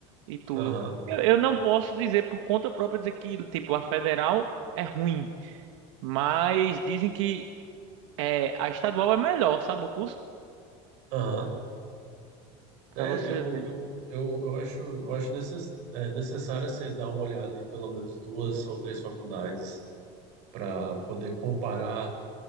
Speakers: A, on the right (about 80°); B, on the right (about 55°).
A: e tudo.
B: Aham,
A: Eu, eu não posso dizer por conta própria dizer que, tipo, a federal é ruim. Mas dizem que é, a estadual é melhor, sabe o curso?
B: aham.
A: Pra
B: É,
A: você
B: eu,
A: ver.
B: eu, eu, eu acho, eu acho necess, é, necessário você dar uma olhada em pelo menos duas ou três faculdades para poder comparar